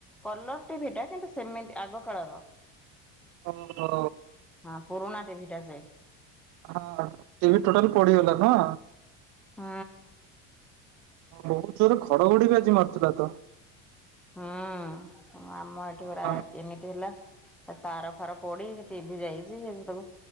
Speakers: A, in the centre; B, on the right.
A: କଲର ଟିଭି ଟା କିନ୍ତୁ ସେମିତି ଆଗ କାଳର।
B: ଓହୋ।
A: ହଁ ପୁରୁଣା ଟିଭି ଟା ସେ।
B: ହଁ ଟିଭି ଟୋଟାଲ୍ ପୋଡ଼ିଗଲା ନୁହଁ?
A: ହୁଁ।
B: ବହୁତ ଜୋରରେ ଘଡ଼ ଘଡ଼ି ବି ଆଜି ମାରୁଥିଲା ତ।
A: ହୁଁ ଆମ ଏଠି
B: ହଁ
A: ପୁରା ଏମିତି ହେଲା ହେତାର ଫାର ପୋଡ଼ି ସେ ଟିଭି ଯାଇଚି ଏନ୍ ତାକୁ